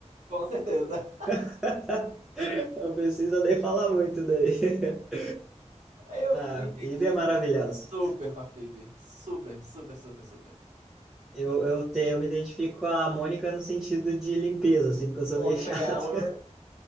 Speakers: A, on the right; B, in the centre.
A: Com certeza.
B: <laughs> Não precisa nem falar muito daí. <laughs>
A: Eu
B: Ah,
A: me
B: a
A: identifico
B: Phoebe é maravilhosa.
A: super com a Phoebe. Super, super, super, super.
B: Eu, eu, te, eu me identifico com a Mônica no sentido de limpeza, assim, porque eu sou
A: Mônica
B: meio <laughs> chato.
A: Geller,